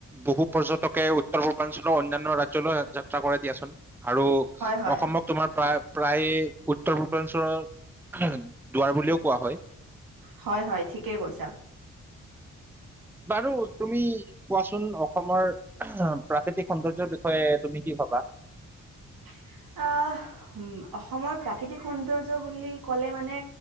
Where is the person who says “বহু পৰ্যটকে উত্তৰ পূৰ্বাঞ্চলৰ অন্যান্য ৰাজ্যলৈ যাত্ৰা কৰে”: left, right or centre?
Centre